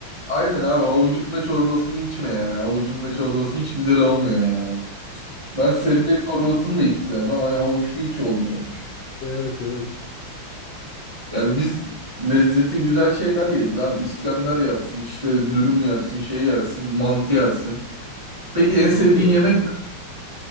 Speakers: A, on the right; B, on the left.
A: aynen abi havucun da çorbasını içme yani. Havucun da çorbası hiç güzel olmuyor yani. Ben sebze çorbasını da hiç sevmem. Hani havuçlu hiç olmuyormuş.
B: Evet evet.
A: Yani biz lezzeti güzel şeyler yeriz abi. İskender yersin, işte dürüm yersin, şey yersin, mantı yersin. Peki en
B: Tabii
A: sevdiğin
B: ya.
A: yemek ne?